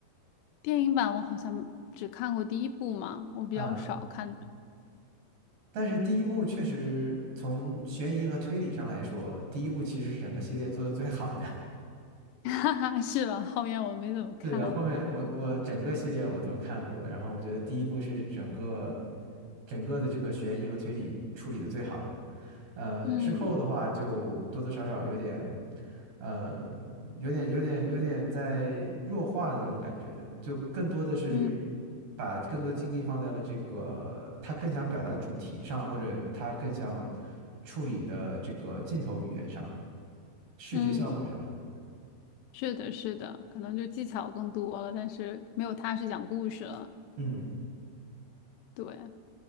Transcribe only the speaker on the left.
电影版我好像只看过第一部嘛，我比较少看的
<laughs> 哈哈，<laughs> 是吧？后面我没怎么看。
嗯
嗯
嗯，是的，是的，可能就技巧更多了，但是没有他是讲故事了。
对啊，